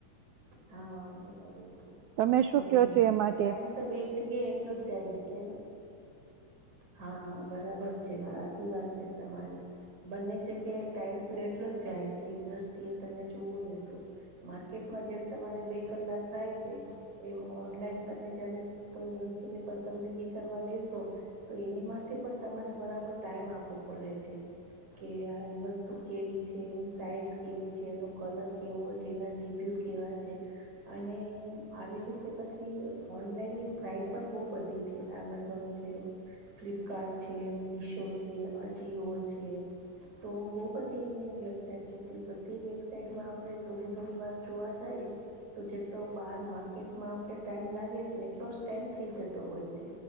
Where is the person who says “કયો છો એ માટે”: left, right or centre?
Right